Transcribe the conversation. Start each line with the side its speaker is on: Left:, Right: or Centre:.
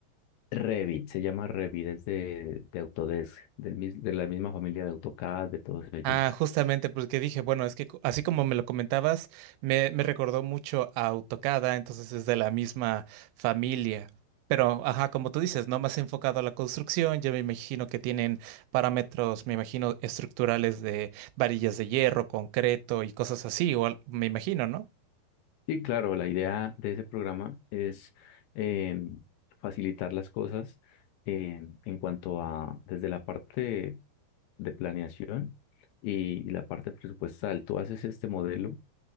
Left: Revit, se llama Revit, es de, de Autodesk, del, mis- de la misma familia de AutoCAD, de todos ellos.
Right: Ah, justamente, porque dije, bueno, es que co- así como me lo comentabas, me, me recordó mucho a AutoCAD, entonces es de la misma familia. Pero, ajá, como tú dices, ¿no? Más enfocado a la construcción, yo me imagino que tienen parámetros, me imagino, estructurales de varillas de hierro, concreto y cosas así, o al- me imagino, ¿no?
Left: Y claro, la idea de ese programa es em, facilitar las cosas em, en cuanto a, desde la parte de planeación y, y la parte presupuestal. Tú haces este modelo